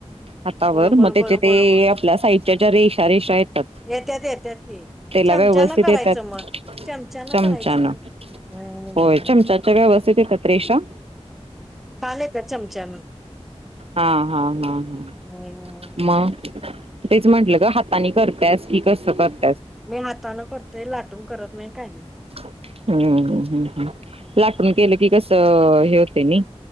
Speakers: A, on the right; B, in the centre.
A: हातावर
B: गोल
A: मग
B: गोल
A: त्याचे
B: गोल
A: ते
B: गोल गोल
A: आपल्या साईडच्या ज्या रेषा रेषा येतात,
B: येत्यात येत्यात की
A: तेला
B: चमच्यानं
A: व्यवस्थित
B: करायचं
A: येतात,
B: मग चमच्यानं
A: चमचानं
B: करायचं हम्म
A: होय, चमचाच्या व्यवस्थित येतात रेषा?
B: छान येत्यात चमच्यान
A: हा हा हा हा.
B: हम्म
A: मग, तेच म्हंटलं ग हातानी करत्यास की कसं कर
B: मी हाताानं करतोय लाटून करत नाही काय नाही.
A: हम्म हम् हम् हम् लाटून केलं
B: हम्म.
A: की कसं, हे होते नि